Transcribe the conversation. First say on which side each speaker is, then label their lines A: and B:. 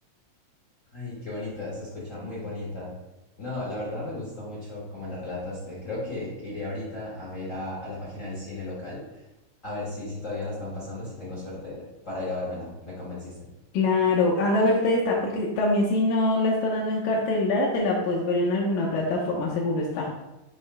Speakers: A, on the left; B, on the left.
A: Ay, qué bonita, se escucha muy bonita. No, la verdad me gustó mucho como la relataste. Creo que iré ahorita a ver a, a la página del cine local, a ver si, si todavía la están pasando, si tengo suerte, para ir a vérmela. Me convenciste.
B: Claro, anda a verte esta, porque también si no la están dando en cartelera, te la puedes ver en alguna plataforma, seguro está.